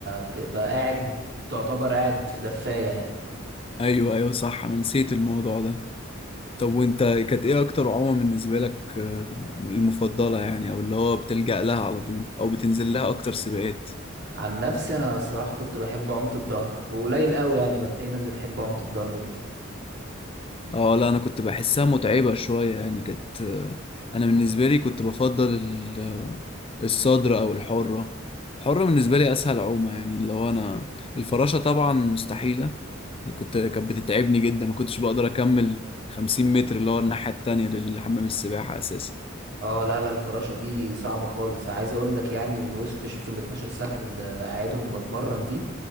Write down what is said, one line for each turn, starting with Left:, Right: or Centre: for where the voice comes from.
Right: بتبقى قاعد تعتبر قاعد في دفاية يعني
Left: ايوه ايوه صح انا نسيت الموضوع ده طب وانت كانت ايه اكتر عومة بالنسبة لك آه، المفضلة يعني او اللي هو بتلجأ لها على طول او بتنزل لها اكتر سباقات
Right: عن نفسي انا الصراحة كنت بحب عومة الظهر وقليل قوي يعني ما تلاقي ناس بتحب عومة الظهر دي
Left: اه لا انا كنت بحسها متعبة شوية يعني كانت آه، انا بالنسبة لي كنت بفضل ال- آه، الصدر او الحرة الحرة بالنسبة لي اسهل عومة يعني اللي هو انا الفراشة طبعا مستحيلة كنت كانت بتتعبني جدا ما كنتش بقدر اكمل 50 متر اللي هو الناحية التانية للحمام السباحة اساسا
Right: اه لا لا الفراشة دي صعبة خالص عايز اقول لك يعني من وسط شوف ال 12 سنة اللي قاعدهم بتمرن دي